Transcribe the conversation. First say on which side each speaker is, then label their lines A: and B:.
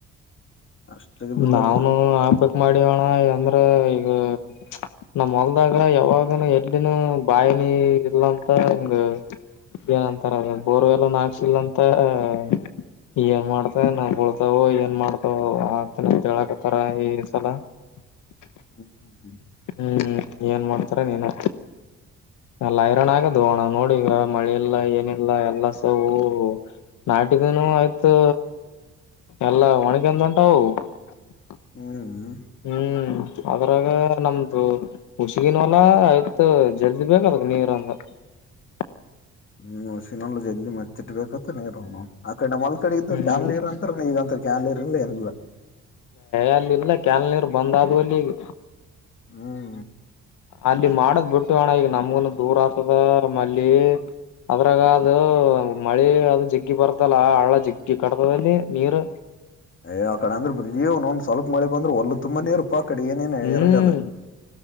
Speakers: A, on the left (about 40°); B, on the left (about 80°).
A: ಅಷ್ಟಿಗೆ ಬಿದ್ದವ್
B: ನಾನು
A: ನೀರು
B: ಹಾಕ್ಬೇಕಕ್ ಮಾಡೋಣ ಅಂದ್ರ ಈಗ <unintelligible> ನಮ ಹೊಲ್ದಾಗ ಯಾವಾಗನು ಎಡ್ನ ಬಾಯಿನಿ ಇಲ್ಲಂತ ಹಂಗ <unintelligible> ಏನಂತಾರ ಬೋರ್ವೆಲ್ಲ ನಾಕ್ಸಿಲ್ಲಂತ <unintelligible> ಏನ್ ಮಾಡ್ತ ನಾ್ ಬಳ್ತಾವ ಏನ್ ಮಾಡ್ತ <unintelligible> ಹಳಕತರ ಈ ಸಲ <unintelligible>
A: ಹ್ಮ್ <unintelligible>
B: ಹ್ಮ್ ಏನ್ ಮಾಡ್ತಾರ ನೀನು ಅಲ್ಲ ಐರನ್ ಆಗದು ಹೋಣ ನೋಡಿ ಈಗ <unintelligible> ಮಳೆ ಇಲ್ಲ ಏನಿಲ್ಲ ಎಲ್ಲಸೂ <unintelligible> ನಾಟಿದ ಆಯ್ತು ಎಲ್ಲಾ ಒಣಗಂದ ಉಂಟಾವ <unintelligible>
A: ಹು <unintelligible>
B: ಹ್ಮ್ ಅದ್ರಾಗ ನಮ್ದು ಹುಷಗನ್ವಲಾ ಆಯ್ತು ಜಲ್ದಿ ಬೇಕ ಅದಕ್ಕೆ ನೀವರಂಗ <unintelligible>
A: ಹ್ಮ್ ಉಳಸಿನಲ್ಲ ಜಲ್ದಿ ಮಚ್ಚಿಟ್ಬೇಕ <unintelligible> ಆ ಕಡೆ ಮಲ್ ಕಡೆ ಇದ್ದು
B: ಹ್ಮ್
A: ಕ್ಯಾನಲರ್ ಅಂತರ ಈಗಂತ ಕ್ಯಾನನ್ಲರ್ ಇಲ್ಲ ಏನ್ <unintelligible>
B: ಅಲ್ಲಿ ಇಲ್ಲ ಕೆಾಲ ನೀರು ಬಂದಾದಲ್ಲಿ <unintelligible>
A: ಹ್ಮ್
B: ಅಲ್ಲಿ ಮಾಡದ್ ಬಿಟ್ಟು ಅಣ್ಣ ಈಗ ನಮ್ಗನ ದೂರ ಆತದ ಮಲ್ಲಿ <unintelligible> ಅದ್ರಾಗ ಅದು ಮಳೆ ಅದು ಜಿಗ್ಗಿ ಬರ್ತಲ್ಲ ಹಳ್ಳ ಜಿಗ್ಗಿ ಕಡ್ದಲ್ಲಿ ನೀರು
A: ಏ್ ಕಡೆ ಅಂದ್ರೆ್ರಿಜ್ ಒ್ ಸ್ವಲ್ಪ ಮಳ ಬಂದ್ರ ಒಲ್ಲ ತುಂಬಾೇ ಇರು <unintelligible> ಅಪ್ಪ ಅ ಕಡೆ ಏನೇನ್
B: ಹ್ಮ್
A: ಎರಗದ